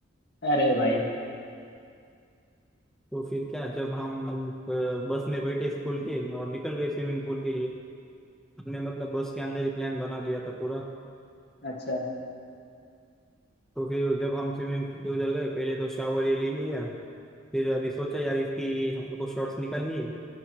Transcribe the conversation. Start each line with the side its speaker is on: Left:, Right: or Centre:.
Left: अरे भाई
Centre: तो फिर क्या जब हम अ, बस में बैठे स्कूल
Left: हम्म,
Centre: के और निकल गए स्विमिंग पूल के लिए हमने मतलब बस के अंदर ही प्लान बना लिया था पूरा
Left: अच्छा
Centre: तो फिर जब हम स्विमिंग पूल के उधर गए पहले तो शावर ये ले लिया फिर अभी सोचा यार इसकी हमको शॉर्ट्स निकालनी है